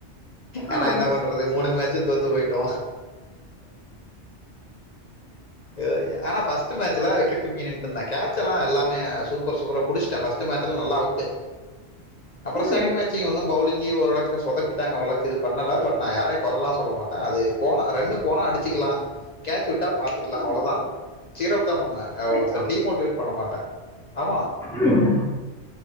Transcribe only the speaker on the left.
ஆனா
என்ன பண்றது மூணு மேட்ச்சு தோத்து போயிட்டோ ஐயோ ஐயோ ஆனா ஃபர்ஸ்ட் மேட்ச்சுல விக்கெட் கீப்பிங் நின்னுட்டுருந்தே கேட்ச்செல்ல எல்லாமே சூப்பர் சுவரோப் புடிச்சிட்டே, ஃபர்ஸ்ட் மேட்ச் எல்லா நல்லா அவுட்டு அப்புற
செகண்ட் மேட்சிங் ஒன்னு பௌலிங் இங்கியு ஓரளவுக்கு சொதப்பிட்டாங்க அவ்லாக்கு இது பண்ணல பட் நா யாரையு குறல்லா சொல்ல மாட்டே அது போன ரன்னு போனா அடிச்சிக்களா கேட்ச்வுட்டா பாத்துக்கலா
அவ்ளோ தா சிறப் இத்தா பண்ண
ஒருதர
டிமோட்டிவேட் பண்ண மாட்டே ஆமா